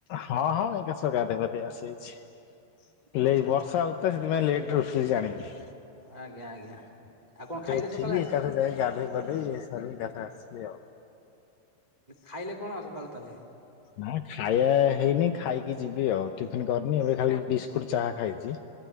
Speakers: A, on the left; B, on the right.
A: ହଁ ହଁ ଏକା ସର୍ ଗାଧେଇପାଧେଇ ଆସିଛି ହେଲେ
B: ଆଚ୍ଛା
A: ଏଇ ବର୍ଷା
B: ଆଚ୍ଛା
A: ହଉ ତ ସେଥିପାଇଁ ଲେଟ୍ ରୋସେଇ ଜାଣିକି
B: ଆଜ୍ଞା ଆଜ୍ଞା। ଆଉ କଣ ଖାଇଲେ
A: ଉଠିକି
B: ସକାଳେ ଆଜି?
A: ଏକାଥରକେ ଯାଇ ଗାଧୋଇ ପାଧେଇ ସାର ଏକାଥ ଆସିଲି ଆଉ।
B: ଖାଇଲେ କଣ ସକାଳେ ତାହେଲେ।
A: ନା ଖାଇବା ହେଇନି ଖାଇକି ଯିବି ଆଉ ଟିଫିନ କରିନି ଏବେ ଖାଲି ବିସ୍କୁଟ ଚାହା ଖାଇଛି।